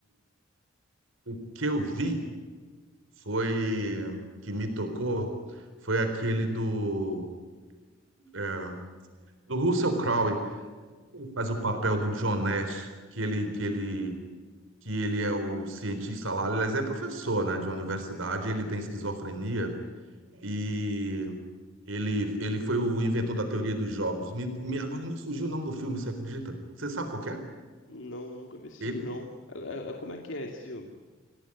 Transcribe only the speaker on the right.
O que eu vi foi que me tocou foi aquele do é, do Russell Crowe, que faz o papel do John Nash, que ele que ele que ele é o cientista lá, aliás, é professor, né, de uma universidade, ele tem esquizofrenia e ele ele foi o inventor da teoria dos jogos. Me, me- agora me surgiu o nome do filme, você acredita? Você sabe qual que é?
Ele-